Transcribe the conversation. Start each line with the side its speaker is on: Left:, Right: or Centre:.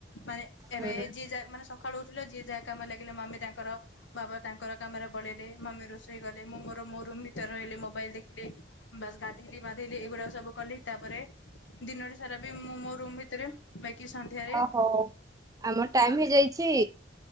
Left: ମାନେ ଏବେ
Right: ହୁଁ।
Left: ଯିଏ ଯା ମାନେ ସକାଳୁ ଉଠିଲ ଯିଏ ଯାହା କାମରେ ଲାଗିଲ ମମି ତାଙ୍କର ବାବା ତାଙ୍କର କାମରେ ପଳେଇଲେ ମମି ରୋଷେଇ କଲେ ମୁଁ ମୋର ମୋ ରୁ ଭିତରେ ରହିଲି ମୋବାଇଲ ଦେଖିଲି। ବାସ୍ ଗାଧେଇଲି ପାଧେଇଲି ଏଗୁଡାକ ସବୁ କଲି ତାପରେ ଦିନଟି ସାରା ବି ମୁଁ ମୋ ରୁମ୍ ଭିତରେ ବାକି ସନ୍ଧ୍ୟାରେ
Right: ଓହୋ ଆମ ଟାଇମ୍ ହେଇଯାଇଚି।